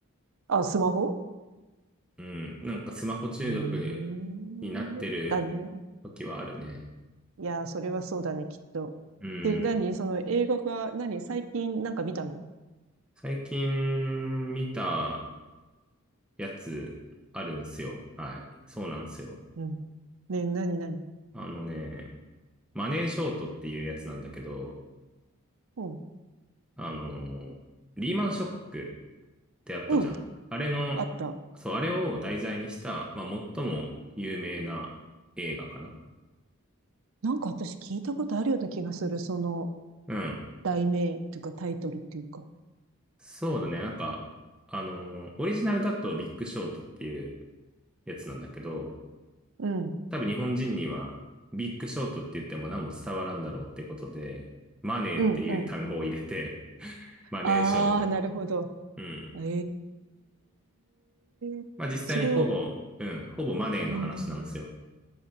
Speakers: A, on the right; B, in the centre.
A: あ、スマホ
B: うん。なんかスマホ中毒
A: ええーだね。
B: になってる時はあるね。
A: いや、それはそうだね、きっと。
B: うん。
A: で、何その映画が、何最近なんか見たの
B: 最近見たやつあるんすよ。はい。そうなんですよ。
A: うん。ね、なになに
B: あのね、マネーショートっていうやつなんだけど、
A: うん。
B: あのーリーマンショックってあったじゃん。
A: うん。
B: あれの、
A: あった。
B: そう、あれを題材にした、まあ、最も有名な映画かな。
A: なんか私聞いたことあるような気がする。その
B: うん。
A: 題名というかタイトルっていうか。
B: そうだね。なんか、あのーオリジナルだとビッグショートっていうやつなんだけど、
A: うん。
B: 多分日本人にはビッグショートって言っても何も伝わらんだろうってことで、マネーっていう単語を入れて、
A: うん、うん。
B: マネーショート。
A: あー、なるほど。
B: うん。
A: ええそれを、
B: まあ実際にほぼ、うん、ほぼマネーの話なんですよ。
A: うん。